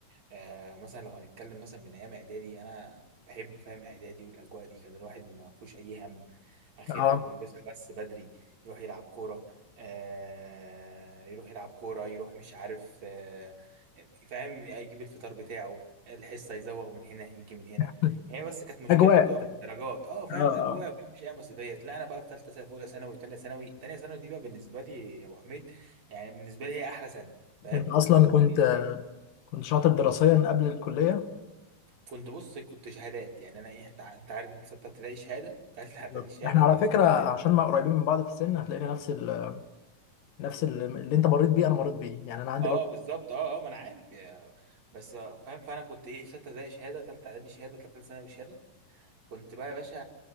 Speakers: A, on the right (about 55°); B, on the left (about 80°).
A: آه مثلا لو هنتكلم مثلا من ايام اعدادي انا بحب فاهم اعدادي والاجواء دي كان الواحد ما فيهوش اي هم اخرها
B: اه
A: كان بيصحى بس بدري يروح يلعب كوره آه يروح يلعب كوره يروح مش عارف آه فاهم يجيب الفطار بتاعه الحصه يزوغ من هنا يجي من هنا
B: <laughs>
A: هي بس كانت مشكلته
B: أجواء
A: بتبقى في الدرجات اه فاهم
B: اه آه.
A: اجواء فاهم مش اي مسؤوليه لا انا بقى في ثالثه ثانوي اولى ثانوي ثانيه ثانوي ثانيه ثانوي دي بقى بالنسبه لي يا ابو حميد يعني بالنسبه لي هي احلى سنه فاهم
B: أنت
A: كنت
B: أصلا
A: مقضيها
B: كنت كنت شاطر دراسيا قبل الكلية
A: كنت بص كنت شهادات يعني انا ايه انت ع- انت عارف انت سته ابتدائي شهاده ثالثه اعدادي
B: بالظبط
A: شهاده
B: احنا على
A: ثالثه
B: فكرة
A: ثانوي
B: عشان
A: شهاده
B: ما قريبين من بعض في السن هتلاقينا نفس ال... نفس ال... اللي انت مريت بيه انا مريت بيه يعني انا عندي
A: اه
B: برضه
A: بالظبط اه اه ما انا عارف يا بس آه، فاهم فانا كنت ايه في سته ابتدائي شهاده ثالثه اعدادي شهاده ثالثه ثانوي شهاده كنت بقى يا باشا